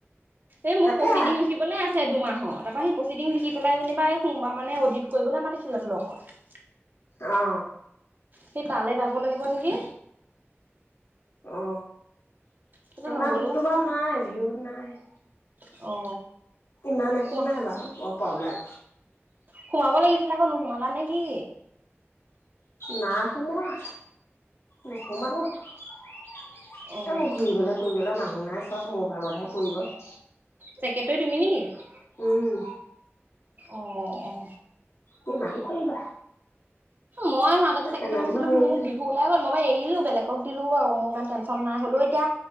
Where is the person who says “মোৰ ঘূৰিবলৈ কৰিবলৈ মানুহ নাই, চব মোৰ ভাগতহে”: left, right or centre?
Left